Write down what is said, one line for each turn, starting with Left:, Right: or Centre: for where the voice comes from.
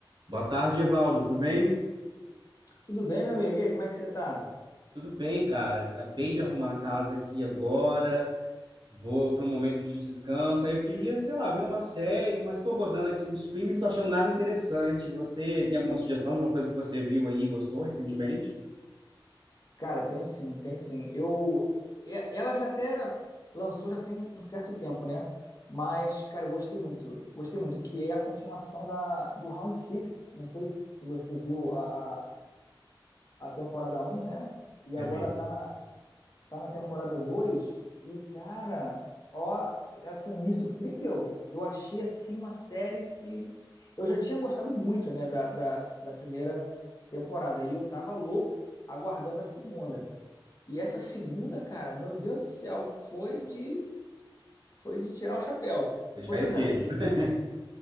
Right: Boa tarde, Evaldo. Tudo bem?
Left: Tudo bem, meu amigo? E aí, como é que você tá?
Right: Tudo bem, cara. Acabei de arrumar a casa aqui agora. Vou para um momento de descanso. Aí eu queria, sei lá, ver uma série, mas estou rodando aqui o streaming, não estou achando nada interessante. Você tem alguma sugestão de uma coisa que você viu aí e gostou recentemente?
Left: Cara, tenho sim, tenho sim. Eu, e- ela já até lançou já tem um certo tempo, né? Mas, cara, eu gostei muito, gostei muito, que é a continuação da, do Round Six. Não sei se você viu a, a, a temporada um né? E
Right: Eu
Left: agora
Right: vi.
Left: tá na, tá na temporada 2 e, cara, ó, assim, me surpreendeu. Eu achei, assim, uma série que eu já tinha gostado muito, né, da, da, da primeira temporada e eu tava louco aguardando a segunda. E essa segunda, cara, meu Deus do céu, foi de, foi de tirar o chapéu.
Right: Vou te
Left: Você
Right: cair o
Left: já
Right: queixo.
Left: viu?
Right: <laughs>